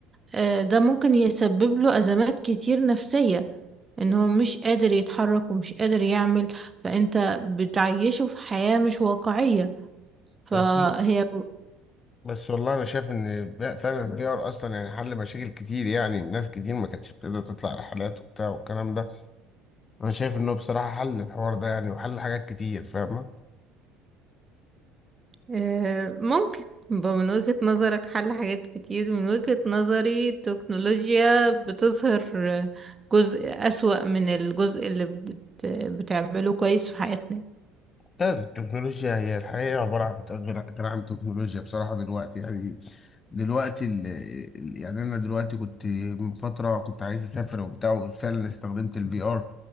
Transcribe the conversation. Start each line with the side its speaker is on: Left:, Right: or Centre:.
Right: آه، ده ممكن يسبب له أزمات كتير نفسية ان هو مش قادر يتحرك ومش قادر يعمل فانت بتعيشه في حياة مش واقعية فهي
Left: بس بس والله انا شايف ان فعلا الفي ار اصلا يعني حل مشاكل كتير يعني ناس كتير ما كانتش بتقدر تطلع رحلات وبتاع والكلام ده انا شايف انه بصراحه حل الحوار ده يعني وحل حاجات كتير فاهمه
Right: آه، ممكن يبقى من وجهة نظرك حل حاجات كتير من وجهة نظري التكنولوجيا بتظهر جزء أسوأ من الجزء اللي بت... بتعمله كويس في حياتنا
Left: لا التكنولوجيا هي الحقيقة عبارة عن غير غير عن تكنولوجيا بصراحة دلوقتي يعني دلوقتي ال... ال- يعني أنا دلوقتي كنت من فترة كنت عايز أسافر وبتاع وفعلا استخدمت الفي آر